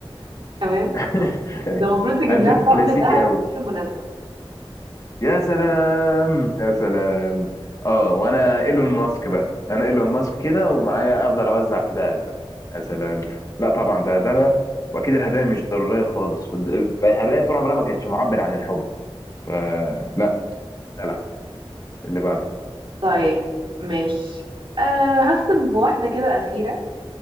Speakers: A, on the right (about 60°); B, on the left (about 35°).
A: <laughs> تمام
B: <laughs>
A: ده المفروض تجيب
B: انا
A: لها
B: شايف
A: طقم
B: كلاسيكي
A: دهب
B: قوي
A: في كل مناسبة
B: يا سلام يا سلام اه وانا ايلون ماسك بقى انا ايلون ماسك كده ومعايا افضل اوزع في دهب بقى يا سلام لا طبعا ده ده لا واكيد الهدايا مش ضروريه خالص والد- الهدايا طول عمرها ما كانتش معبر عن الحب فلا دلع اللي بعده
A: طيب ماشي أه هختم بواحدة كده أخيرة